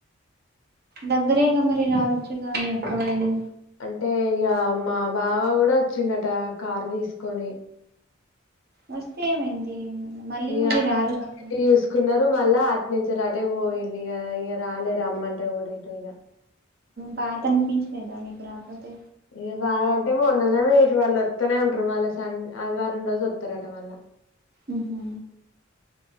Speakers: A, on the right (about 50°); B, on the left (about 75°).
A: దగ్గరేగా మరి రావచ్చుగా నీ అక్కవాళ్ళు
B: అంటే ఇగ మా బావ కూడా వచ్చిండట కారు తీసుకొని
A: వస్తే ఏమైంది? మళ్ళీ
B: యా
A: మళ్ళీ రారు కదా.
B: ఇడ్డి చూసుకున్నారు ద్దు మళ్ళా అట్ నుంచిలాటే పోయిు ఇగ ఇగ రాలేదు రమ్మంటే ఓడ ఇటు ఇగ
A: బాద అనిపించలేదా మీకు రాపోతే
B: ఏ బాద అంటే మొన్నద మీరు వాళ్ళు వత్తునే ఉంటారు మళ్ళా స ఆదివారం రోజు వత్తారట మళ్ళా
A: ఉహు